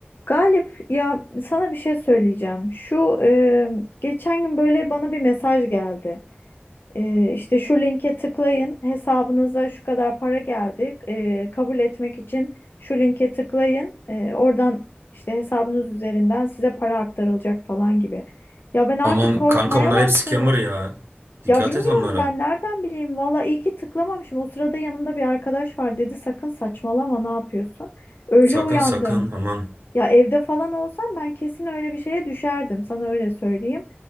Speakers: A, on the left; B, on the right.
A: Galip ya sana bir şey söyleyeceğim. Şu e, geçen gün böyle bana bir mesaj geldi. E, işte şu linke tıklayın hesabınıza şu kadar para geldi. E, kabul etmek için şu linke tıklayın. E, oradan işte hesabınız üzerinden size para aktarılacak falan gibi. Ya ben artık
B: Aman
A: korkmaya
B: kanka onlar
A: başladım.
B: hep scammer ya. Dikkat
A: Ya bilmiyorum
B: et onlara.
A: ben nereden bileyim. Valla iyi ki tıklamamışım. O sırada yanımda bir arkadaş var dedi sakın saçmalama ne yapıyorsun? Öyle
B: Sakın
A: uyandım.
B: sakın aman.
A: Ya evde falan olsam ben kesin öyle bir şeye düşerdim. Sana öyle söyleyeyim.